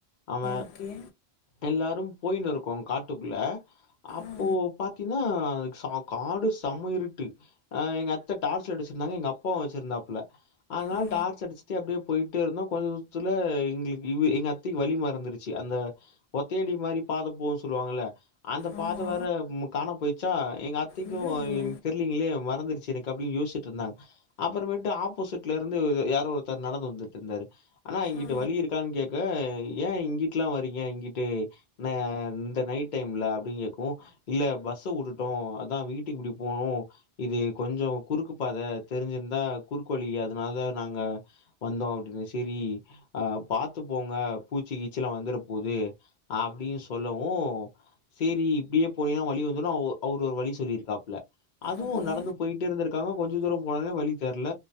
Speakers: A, on the left; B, on the left.
A: அவ
B: ஓகே
A: எல்லாரும் போய்னுருக்கோ காட்டுக்குள்ள அப்போ
B: ஆ
A: பாத்தீன்னா ச காடு செமயிருட்டு அ எங்க அத்த டார்ச் லைட் வச்சிருந்தாங்க எங்க அப்பாவு வச்சிருந்தாப்புல அனால்
B: ஆ
A: டார்ச் அடிச்சுட்டு அப்டே பொய்ட்டேருந்தோ கொஞ் தூரத்துல எங்களுக்கு இங் எங்க திக்கு வலி மறந்துருச்சு அந்த ஒத்தையடி மாரி பாத போசொல்லுவாங்கல்ல அந்த
B: ஆமா
A: பாத வேற ப் காணா போய்ட்ச்சா எங்க அத்தைக்கு
B: ஐயையோ
A: தெரிய்லீங்களே மறந்துற்ச்சு எனக்கு கப்ளியோசிட்ருந்தாங்க அப்பறமேட்டு ஆப்போசிட்ல இருந்து இது யாரோ ஒருத்தர் நடந்து வந்துட்டுருந்தாரு ஆனா இங்குட்டு
B: ஆ
A: வழி இருக்கான் கேட்க ஏ இங்குட்டுலா வரீங்க இங்கிட்டு ந இந்த நைட் டைம்ல அப்டினு கேக்கு இல்ல பஸ்ஸவுட்டுட்டோ அதா வீட்டுக்கு இப்டிபோனு இது கொஞ்சொ குறுக்கு பாத தெரிஞ்சிருந்தா குறுக்கு வழி அதுனால நாங்க வந்தோ அப்டின் செரி பாத்துபோங்க பூச்சிகீச்சில்லா வந்துரபோது அப்டீ சொல்லவு சிரி இப்டியே போனீன்னா வழி வந்தறு அவ அவர்ஒரு வழி சொல்லிருக்காப்புல அதுவு
B: ஓகே
A: நடந்து போயிட்டே இருந்திருக்காங்க கொஞ்ச தூரொ போனன்னே வழி தெர்ல